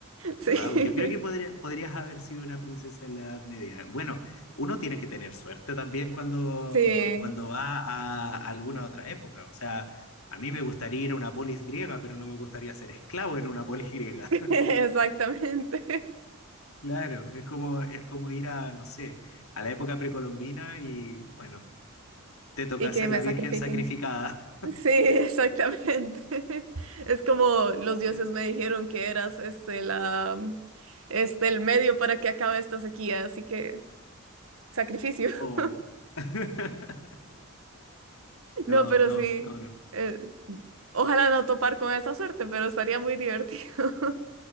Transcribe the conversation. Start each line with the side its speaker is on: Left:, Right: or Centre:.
Right: Sí.
Left: Wow, yo creo que podría- podrías haber sido una princesa en la Edad Media. Bueno, uno tiene que tener suerte también cuando,
Right: Sí.
Left: cuando va a alguna otra época. O sea, a mí me gustaría ir a una polis griega, pero no me gustaría ser esclavo en una polis griega.
Right: <laughs>
Left: <laughs>
Right: Exactamente.
Left: Claro, es como, es como ir a, no sé, a la época precolombina y, bueno, te toca
Right: Y que
Left: ser
Right: me
Left: la virgen
Right: sacrifiquen.
Left: sacrificada.
Right: Sí, <laughs> exactamente. <laughs> Es como los dioses
Left: <laughs> Claro.
Right: me dijeron que eras este la mm, este el medio para que acabe esta sequía, así que sacrificio.
Left: O...
Right: <laughs>
Left: <laughs> No,
Right: No, pero
Left: no,
Right: sí.
Left: no, no.
Right: eh, ojalá no topar con esa suerte, pero estaría muy divertido. <laughs>